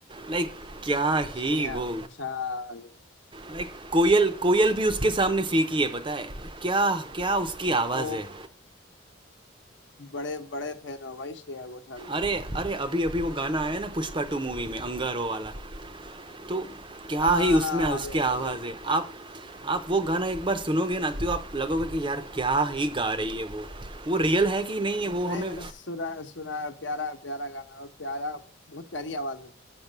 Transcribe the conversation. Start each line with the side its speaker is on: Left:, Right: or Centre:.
Right: लाइक क्या ही
Left: श्रेया
Right: वो
Left: घोषाल
Right: लाइक कोयल कोयल भी उसके सामने फीकी है पता है क्या क्या उसकी आवाज़
Left: ओ
Right: है
Left: बड़े बड़े फैन हो भाई श्रेया घोषाल
Right: अरे
Left: के
Right: अरे अभी अभी वो गाना आया ना पुष्पा टू मूवी में अंगारो वाला तो क्या
Left: हाँ
Right: ही उसमें
Left: हाँ
Right: उसकी
Left: अरे अरे
Right: आवाज़ है आप आप वो गाना एक बार सुनोगे ना तो आप लगोगे कि यार क्या ही गा रही है वो वो रियल है कि नहीं
Left: नहीं
Right: है वो हमें
Left: मैंने सुना सुना है, प्यारा प्यारा गाना और प्यारा बहुत प्यारी आवाज है